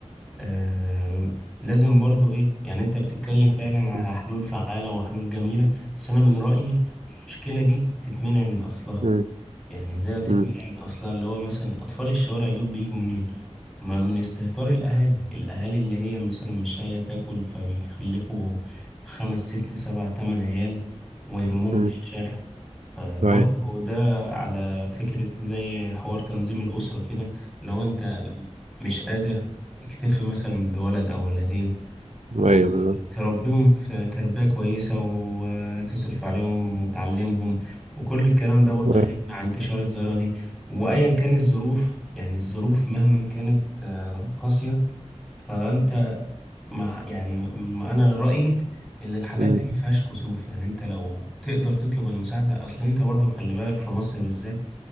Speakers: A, in the centre; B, on the right.
A: آه لازم برضو إيه يعني أنت بتتكلم فعلا على
B: م-
A: حلول فعالة وحلول جميلة بس أنا من رأيي المشكلة دي تتمنع من أصلها
B: م-
A: يعني ده تتمنع
B: م- م-
A: من اصلها اللي هو مثلا اطفال الشوارع دول بيجوا منين ما من استهتار الاهالي الاهالي اللي هي مثلا مش لاقيه تاكل فبيخلفوا خمس ست سبع تمن عيال ويرموهم
B: م-
A: في الشارع فبرضه
B: أيوة.
A: ده على فكرة زي حوار تنظيم الأسرة كده لو أنت مش قادر اكتفي مثلا بولد أو ولدين وتربيهم
B: ايوه بالظبط
A: في تربية كويسة وتصرف عليهم وتعلمهم وكل الكلام ده برضه
B: أيوة.
A: هيمنع انتشار الظاهرة دي وأيا كان الظروف يعني الظروف مهما كانت آه، قاسية فأنت مع يعني م- م- أنا رأيي إن الحاجات
B: مم.
A: دي مفيهاش كسوف يعني أنت لو تقدر تطلب المساعدة أصل أنت برضه خلي بالك في مصر بالذات